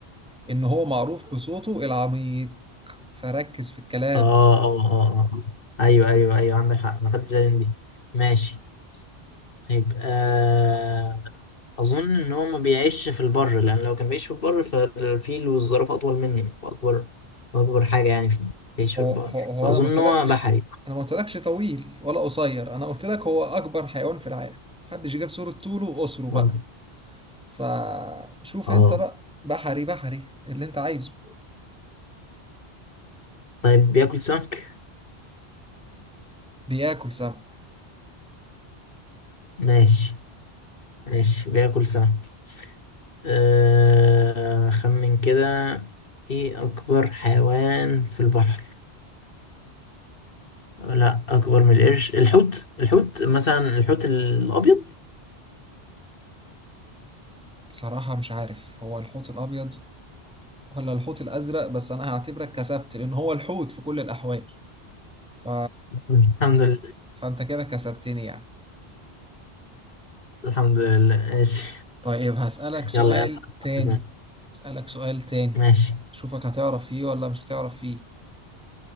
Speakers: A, in the centre; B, on the left.
A: إن هو معروف بصوته العميق فركز في الكلام
B: اه اه اه آه. ايوه ايوه ايوه عندك حق ما خدتش بالي من دي ماشي طيب آه اظن ان هو ما بيعيش في البر لان لو كان بيعيش في البر فالفيل والزرافه اطول مني واكبر واكبر حاجه يعني في بيعيش
A: هو
B: في البر
A: هو, هو
B: فاظن
A: أنا ما قلتلكش
B: ان هو بحري
A: أنا ما قلتلكش طويل ولا قصير أنا قلت لك هو أكبر حيوان في العالم محدش جاب صورة طوله وقصره بقى
B: اه
A: فشوف
B: آه.
A: انت بقى بحري بحري اللي انت عايزه
B: طيب بياكل سمك
A: بياكل سمك
B: ماشي ماشي بياكل سمك آه خمن كده ايه اكبر حيوان في البحر لا اكبر من القرش الحوت الحوت مثلا الحوت الابيض
A: بصراحة مش عارف هو الحوت الأبيض ولا الحوت الأزرق بس أنا هعتبرك كسبت لأن هو الحوت في كل الأحوال ف...
B: الحمد لله
A: فأنت كده كسبتني يعني
B: الحمد لله ماشي
A: طيب هسألك سؤال
B: يلا
A: تاني
B: يلا
A: هسألك سؤال تاني
B: ماشي
A: أشوفك هتعرف فيه ولا مش هتعرف فيه